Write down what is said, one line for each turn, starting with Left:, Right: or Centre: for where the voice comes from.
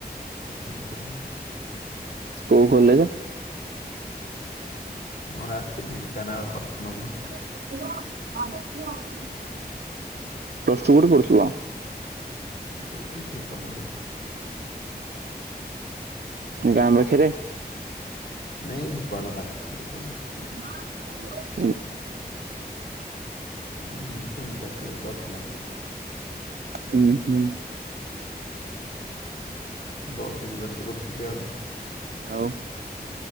Left: ଆପ କରି <unintelligible>
Right: କୋଉ କଲେଜ।
Left: ମୋର ଆସିଛି ଢେଙ୍କାନାଳ ଅଟନମସ।
Right: ହୁଁ ପ୍ଲସଟୁ କୁଠି ପଢୁଥିଲା।
Left: ଏଇଟିି ଭୁବନରେ।
Right: ଗାଁ ପାଖରେ।
Left: ନାଇଁ ଭୁବନ ପାଖରେ ତ।
Right: ବ ଆଜ
Left: ହୁଁ ସେମିତି ପାଖରେ ରଖିଲ ତ
Right: ହୁଁ ହୁଁ।
Left: ବସରେ ଯିବା ଆସିବା କରୁଥିଲି ଆଉ।
Right: ଆଉ।